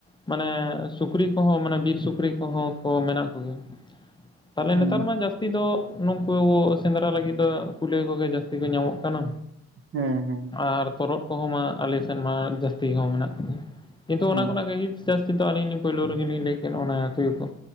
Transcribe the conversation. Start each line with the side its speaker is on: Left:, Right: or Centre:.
Left: ᱢᱟᱱᱮ ᱥᱩᱠᱨᱤ ᱠᱚᱦᱚᱸ ᱢᱟᱱᱮ ᱵᱤᱨ ᱥᱩᱠᱨᱤ ᱠᱚᱦᱚᱸ ᱠᱚ ᱢᱮᱱᱟᱜ ᱠᱚᱜᱮᱭᱟ, ᱛᱟᱦᱮᱞᱮ
Right: ᱦᱮᱸ
Left: ᱱᱮᱛᱟᱨ ᱢᱟ ᱡᱟᱹᱥ- ᱛᱤ ᱫᱚ ᱱᱩᱸᱠᱩ ᱥᱮᱸᱫᱽᱨᱟ ᱞᱟᱹᱜᱤᱫ ᱫᱚ ᱠᱩᱞᱟᱹᱭ ᱠᱚᱜᱮ ᱡᱟᱹᱥᱛᱤ ᱠᱚ ᱧᱟᱢᱚᱜ ᱠᱟᱱᱟ᱾
Right: ᱦᱩᱸ ᱦᱩᱸ,
Left: ᱟᱨ ᱛᱚᱨᱦᱚᱫ ᱠᱚᱦᱚᱸ ᱢᱟ ᱟᱞᱮ ᱥᱮᱱ ᱢᱟ ᱡᱟᱹᱥᱛᱤ ᱦᱚᱸ ᱢᱮᱱᱟᱜ ᱠᱚᱜᱮᱭᱟ᱾ ᱠᱤᱸᱛᱩ ᱚᱱᱟ
Right: ᱚ
Left: ᱠᱷᱚᱱᱟᱜ ᱜᱮ ᱤᱭᱩᱵ ᱥᱟᱹᱥᱛᱤ ᱫᱚ ᱟᱹᱞᱤᱧ ᱞᱤᱧ ᱯᱩᱭᱞᱩ ᱨᱮᱜᱮ ᱞᱤᱧ ᱞᱟᱹᱭ ᱠᱮᱫ ᱚᱱᱟ ᱛᱩᱭᱩ ᱠᱚ᱾